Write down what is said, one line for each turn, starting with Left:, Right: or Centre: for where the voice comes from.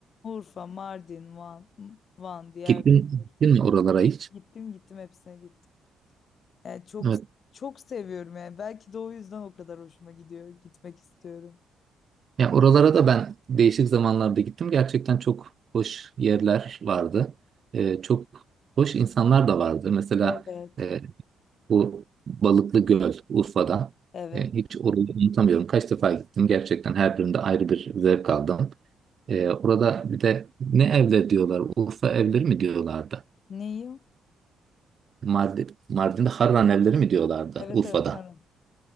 Left: Urfa, Mardin, Van, Van, Diyarbakır.
Right: Gittin, gittin mi oralara hiç?
Left: Gittim gittim hepsine gittim. Yani çok
Right: Evet.
Left: çok seviyorum yani. Belki de o yüzden o kadar hoşuma gidiyor. Gitmek istiyorum.
Right: Ya oralara da ben değişik zamanlarda gittim. Gerçekten çok hoş yerler vardı. E, çok hoş insanlar da vardı. Mesela
Left: Evet,
Right: e, bu Balıklı Göl Urfa'da.
Left: evet.
Right: E, hiç orayı unutamıyorum. Kaç defa gittim gerçekten her birinde ayrı bir zevk aldım. Ee, orada bir de ne evleri diyorlar? Urfa evleri mi diyorlardı?
Left: Neyi o?
Right: Mardin, Mardin'de Harran evleri mi diyorlardı
Left: Evet,
Right: Urfa'da?
Left: evet. Harran.